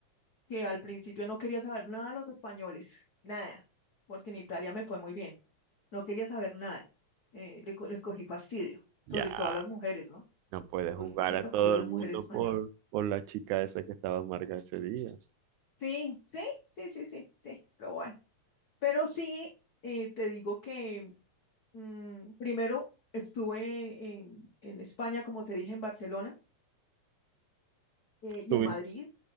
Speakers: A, on the left (about 65°); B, on the right (about 80°).
A: que al principio no quería saber nada de los españoles, nada, porque en Italia me fue muy bien, no quería saber nada. Eh, le, co- les cogí fastidio,
B: Ya,
A: sobre todo a las mujeres, ¿no?
B: no puedes
A: Les cogí
B: jugar
A: mucho
B: a
A: fastidio
B: todo
A: a las
B: el
A: mujeres
B: mundo
A: españolas.
B: por, por la chica esa que estaba amarga ese día.
A: Sí, sí, sí, sí, sí, sí, pero bueno. Pero sí, eh, te digo que mm, primero estuve en, en España, como te dije, en Barcelona eh, y
B: ¿Tuviste?
A: en Madrid.